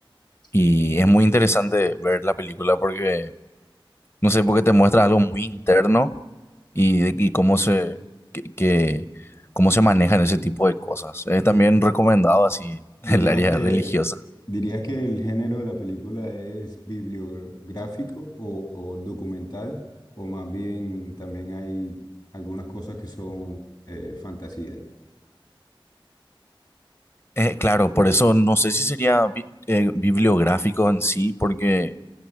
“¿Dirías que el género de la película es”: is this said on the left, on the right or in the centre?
Left